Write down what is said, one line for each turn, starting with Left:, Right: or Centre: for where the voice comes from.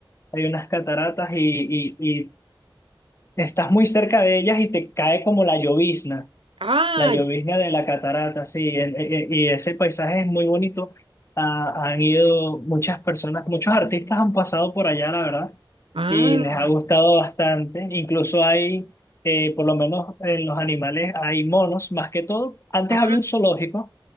Left: hay unas cataratas y, y, y estás muy cerca de ellas y te cae como la llovizna.
Right: ah,
Left: La llovizna
Right: ya,
Left: de la catarata, sí, e- e- y ese paisaje es muy bonito. Ah, han ido muchas personas, muchos artistas han pasado por allá, la verdad
Right: ah,
Left: y les ha gustado bastante. Incluso hay, eh, por lo menos en los animales, hay monos, más que todo. Antes
Right: ah,
Left: había un zoológico,